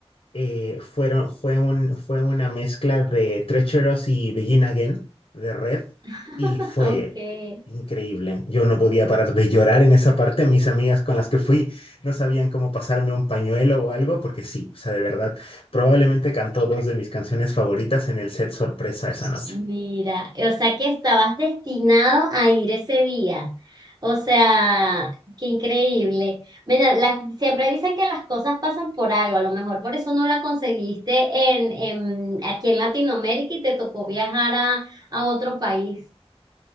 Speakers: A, on the left (about 65°); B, on the right (about 40°).
A: eh, fueron, fue un, fue una mezcla de Treacherous y Begin Again de Red
B: <laughs>
A: y fue
B: ok.
A: increíble. Yo no podía parar de llorar en esa parte. Mis amigas con las que fui no sabían cómo pasarme un pañuelo o algo, porque sí, o sea, de verdad, probablemente cantó dos de mis canciones favoritas en el set sorpresa esa noche.
B: Mira, o sea que estabas destinado a ir ese día. O sea, qué increíble. Mira, las- siempre dicen que las cosas pasan por algo, a lo mejor por eso no la conseguiste en, en- aquí en Latinoamérica y te tocó viajar a, a otro país.